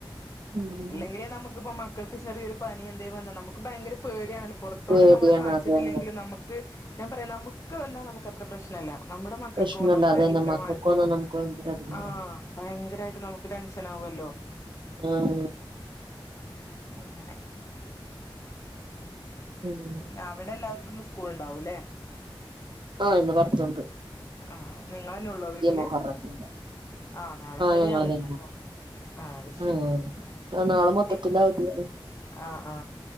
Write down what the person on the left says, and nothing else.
ഇല്ലെങ്കിലേ നമുക്ക്പ്പോ മക്കക്ക് ചെറിയൊരു പനി എന്തേ വന്ന നമുക്ക് ഭയങ്കര പേടിയാണല്ലോ പോറത്തോട്ട്
നമ്മള് കാണിച്ചിട്ടില്ലെങ്കിലും
നമുക്ക് ഞാൻ പറയാ നമുക്ക് വന്നാ നമുക്ക് അത്ര പ്രശ്നല്ല നമ്മുടെ മക്കക്കോ
നമ്മുടെ
ഇക്കമാർക്കോ
ആ ഭയങ്കരായിട്ട് നമുക്ക് ടെൻഷൻ ആവോല്ലോ
അങ്ങനെ
പിന്നവിടെ എല്ലാവർക്കുന്ന് സ്കൂൾ ഉണ്ടാവൂല്ലേ
ആ നിങ്ങളെന്നെ ഒള്ളോ വീട്ടില്
ആഹ് നാളെ ഇവിടേം
അവധിയാന്ന്
പറഞ്ഞ് ആ അത്
ശരി
ഇ
ആ ആ